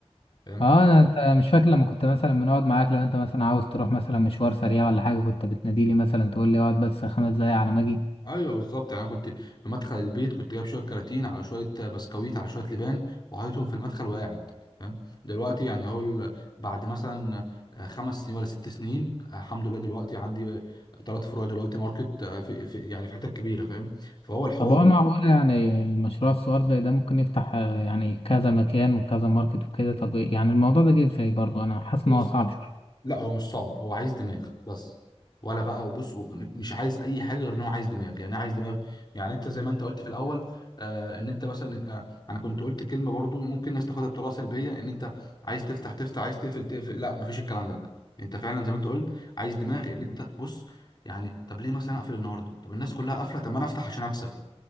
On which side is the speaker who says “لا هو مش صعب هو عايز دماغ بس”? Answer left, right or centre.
Left